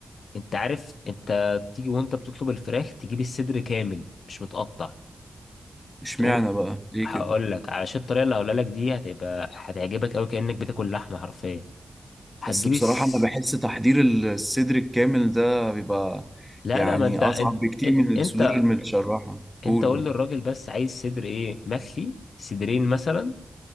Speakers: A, on the left; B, in the centre.
A: انت عارف انت تيجي وانت بتطلب الفراخ تجيب الصدر كامل مش متقطع
B: اشمعنى
A: تقول
B: بقى ليه
A: هقول
B: كده
A: لك علشان الطريقه اللي هقولها لك دي هتبقى هتعجبك قوي كانك بتاكل لحمه حرفيا هتجيب
B: بس بصراحة
A: الس...
B: انا بحس تحضير الصدر الكامل ده بيبقى
A: لا
B: يعني
A: لا ما انت
B: اصعب بكتير
A: انت
B: من
A: انت
B: الصدور المتشرحة قولوا
A: انت قول للراجل بس عايز صدر ايه مخلي صدرين مثلا